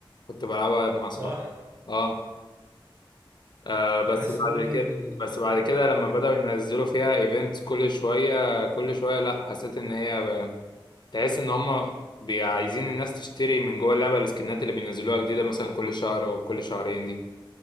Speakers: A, on the left (about 55°); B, on the right (about 25°).
A: كنت بلعبها مع اصحابي
B: صح
A: اه آه، بس
B: حاسس
A: بعد
B: برضو
A: كده
B: ان ال...
A: بس بعد كده لما
B: الم...
A: بدأوا ينزلوا فيها ايفنت كل شوية كل شوية لا حسيت ان هي ب... تحس ان هم بي- عايزين الناس تشتري من جوه اللعبة السكنات اللي بينزلوها جديدة مثلا كل شهر او كل شهرين دي